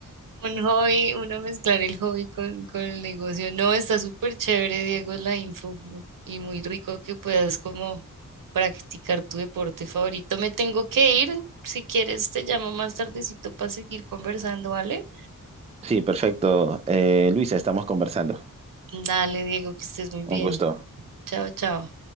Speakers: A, on the right (about 75°); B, on the right (about 20°).
A: Un hobby, uno mezclar el hobby con, con el negocio. No, está súper chévere, Diego, la info y muy rico que puedas como practicar tu deporte favorito. Me tengo que ir. Si quieres, te llamo más tardecito para seguir conversando, ¿vale?
B: sí, perfecto. Eh, Luisa, estamos conversando.
A: Dale, Diego, que estés muy bien.
B: Un gusto.
A: Chao, chao.